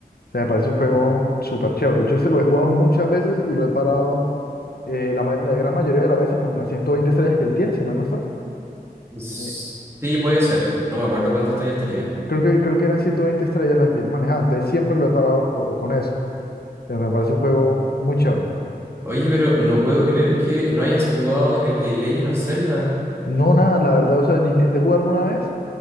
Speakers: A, on the left; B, on the right.
A: se me parece un juego súper chévere. Yo este lo he jugado muchas veces y lo he parado eh, la, ma- la gran mayoría de las veces con las 120 estrellas que él tiene, si mal no estoy.
B: S-
A: Eh,
B: Sí, puede ser, no me acuerdo cuántas estrellas tenía.
A: creo que, creo que eran 120 estrellas las que él manejaba, entonces siempre lo he parado co- con eso. Pero me parece un juego muy chévere.
B: Oye, pero no puedo creer que no hayas jugado el de Legend of Zelda.
A: No nada, la verdad, o sea, yo intenté jugarlo una vez,